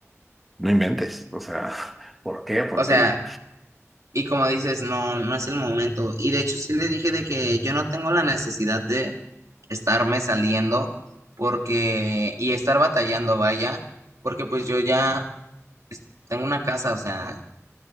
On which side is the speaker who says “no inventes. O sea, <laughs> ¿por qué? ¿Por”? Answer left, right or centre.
Centre